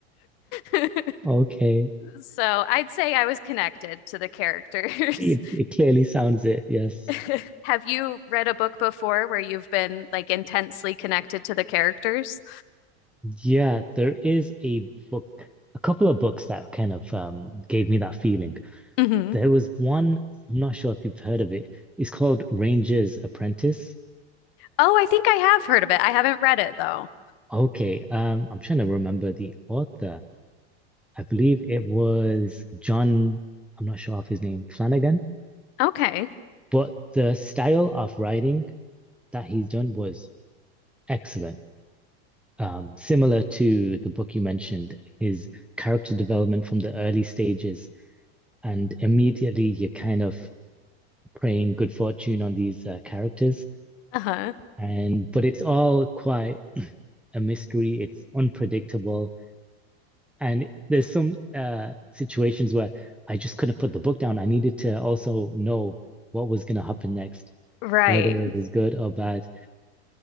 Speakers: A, on the left; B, in the centre.
A: <laughs>
B: Okay.
A: so I'd say I was connected to the characters.
B: It it clearly sounds it. Yes.
A: <laughs> Have you read a book before where you've been like intensely connected to the characters?
B: Yeah, there is a book, a couple of books that kind of um gave me that feeling.
A: hmm
B: There was one, I'm not sure if you've heard of it. It's called Ranger's Apprentice.
A: Oh, I think I have heard of it. I haven't read it though.
B: Okay, um, I'm trying to remember the author. I believe it was John, I'm not sure of his name, Flanagan,
A: Okay.
B: but the style of writing that he's done was excellent. Um, similar to the book you mentioned, his character development from the early stages, and immediately you're kind of praying good fortune on these uh, characters.
A: Uh-huh.
B: And but it's all quite a mystery. It's unpredictable. And there's some uh, situations where I just couldn't put the book down. I needed to also know what was going to happen next,
A: Right.
B: whether it was good or bad.